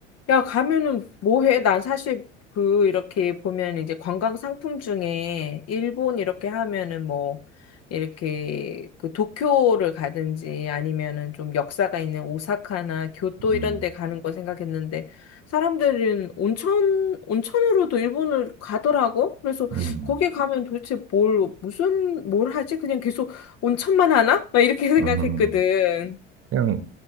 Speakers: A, on the left; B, on the right.
A: 야, 가면은 뭐 해? 난 사실 그 이렇게 보면 이제 관광 상품 중에 일본 이렇게 하면은 뭐 이렇게 그 도쿄를 가든지 아니면은 좀 역사가 있는 오사카나 교토
B: 음,
A: 이런 데 가는 거 생각했는데 사람들은 온천 온천으로도 일본을 가더라고. 그래서
B: 음,
A: 거기 가면 도대체 뭘 무슨 뭘 하지? 그냥 계속 온천만 하나? 막 이렇게 <laughs> 생각했거든.
B: 음. 그냥